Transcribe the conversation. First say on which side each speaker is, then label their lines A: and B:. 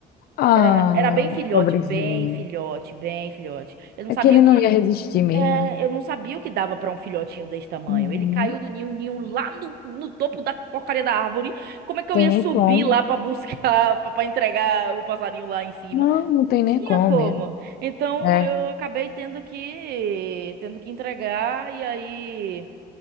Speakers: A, on the left; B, on the right.
A: Ah,
B: Era, era bem filhote,
A: pobrezinho.
B: bem filhote, bem filhote. Eu não
A: É
B: sabia
A: que ele
B: o
A: não
B: que.
A: ia resistir mesmo,
B: É,
A: né?
B: eu não sabia o que dava pra um filhotinho desse tamanho.
A: Uhum.
B: Ele caiu do ninho, o ninho lá no, no topo da porcaria da árvore. Como é que
A: Tem
B: eu ia
A: nem
B: subir
A: como.
B: lá pra buscar, <laughs> pra pra entregar o passarinho lá em cima?
A: Não, não
B: Não
A: tem nem
B: tinha
A: como
B: como.
A: mesmo.
B: Então
A: É.
B: eu acabei tendo que tendo que entregar e aí